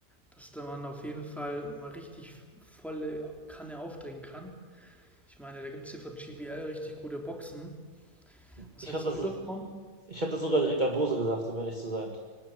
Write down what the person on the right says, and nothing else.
Ich
habe das,
ich habe das sogar direkt an Bose gesagt, um ehrlich zu sein.